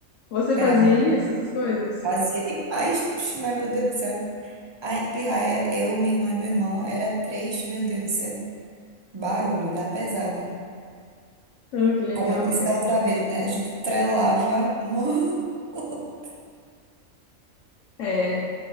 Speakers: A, on the left (about 70°); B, on the right (about 30°).
A: Você
B: Era
A: fazia
B: muito.
A: isso, essas coisas?
B: Fazia demais. Oxi, mas meu Deus do céu. A gente pirraia, eu, minha irmã e meu irmão, era três, meu Deus do céu, barulho da pesada.
A: Oh, que legal,
B: Como eu disse
A: cara.
B: da outra vez, né? A gente trelava muito. <laughs>
A: é